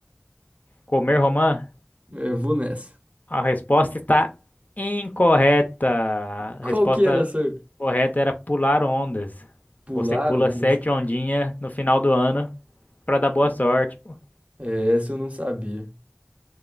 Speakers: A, on the left (about 40°); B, on the right (about 30°).
A: comer romã?
B: É, vou nessa.
A: A resposta está incorreta. A
B: Qual
A: resposta
B: que era essa?
A: correta era pular ondas.
B: Pular
A: Você pula
B: ondas,
A: sete
B: cara.
A: ondinhas no final do ano pra dar boa sorte. pô.
B: É, essa eu não sabia.